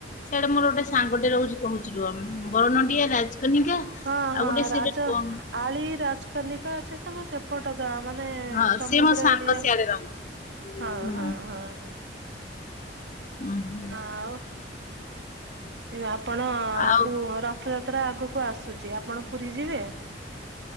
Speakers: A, on the left; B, on the right.
A: ସିଆଡେ ମୋର ଗୋଟେ ସାଙ୍ଗଟେ ରହୁଛି କହୁଛି ରୁହ। ବରନଣ୍ଡିଆ ରାଜକନିକା।
B: ହଁ
A: ଆଉ
B: ହଁ
A: ଗୋଟେ
B: ରାଜ
A: ସେଟା କଣ
B: ଆଳି ରାଜକନିକା। ସେ ସବୁ ସେପ ଏପଟେ ତ ମାନେ
A: ହଁ
B: ସମୁଦ୍ର
A: ସିଏ ମୋ ସାଙ୍ଗ
B: ଏରିଆ।
A: ସିଆଡେ ରହେ।
B: ହଁ
A: ହୁଁ
B: ହଁ ହଁ।
A: ଅହଃ।
B: ଆଉ। ଆପଣ
A: ଆଉ
B: କୁ ଘର। ରଥଯାତ୍ରା ଆଗକୁ ଆସୁଛି ଆପଣ ପୁରୀ ଯିବେ?